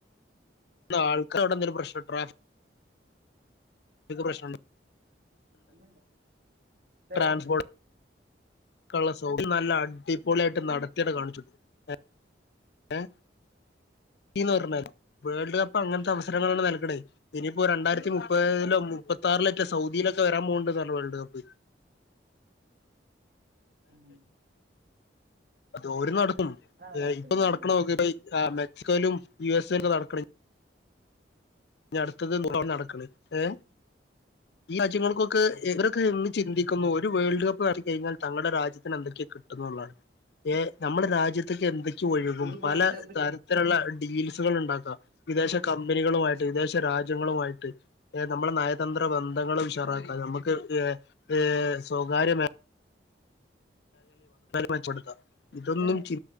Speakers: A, on the left (about 60°); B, on the right (about 50°).
A: <inaudible> ആൾക്കാ അവിടെ എന്തെരു പ്രശ്നട്രാ നക്ക് പ്രശ്നണ്ട്
B: ല്ല
A: ട്രാൻസ്പോർട്ട്
B: <inaudible>
A: <unintelligible> നല്ല അടിപൊളിയായിട്ട് നടത്തിയടെ കാണിച്ച <inaudible> ഏഹ് ഏ ന്ന് പറഞ്ഞാൽ വേൾഡ് കപ്പ് അങ്ങനത്തെ അവസ് <inaudible> നൽകണ് ഇനിയിപ്പോ രണ്ടായിര മുപ്പത്തിലോ മുപ്പത്താറിലറ്റ സൗദയിലൊക്കെ വരാൻ പോണ്ട് മാണ് വേൾഡ് കപ്പ്
B: ആഹ
A: അതെ ഓര് നടക്കും
B: കുഴപ്പല്ല
A: ഇപ്പൊ നടക്കണ
B: പിന്നെ
A: നോക്കെ ആ മെക്സിക്കോയിലും യു എസ്സും ഒക്കെ നടക്കണെ അടുത്തത് നടക്കണ ഏ ഈ രാജ്യങ്ങൾക്കൊ ക്ക് ഇവർക്ക് ഇന്ന് ചിന്തിക്കുന്നു ഒരു വേൾ കപ്പ് റിക്കഴിഞ്ഞാൽ തങ്ങളുടെ രാജ്യ ന് എന്തൊക്കെയാണ് കിട്ടുന്നുള്ളതാണ് ഏ നമ്മളുടെ രാജ്യത്തൊക്ക എന്തൊ ഴുകും
B: ഈ വേൾഡ്
A: പല
B: കപ്പില്
A: തരത്തിലുള്ള <inaudible> ണ്ടാക്ക വിദേശ കമ കമ്പനികളുമായിട്ട് വിദേശ രാജ്യങ്ങളുമായിട്ട് നമ്മളുടെ നയതന്ത്ര ബന്ധ ങ്ങളെ ഉഷാറാക്കാ നമുക്ക് ഏ സ്വകാര്യമേ മച്ചെടുക്കാം <unintelligible> ഇതൊന്നും
B: ശരിയാണ്
A: ചി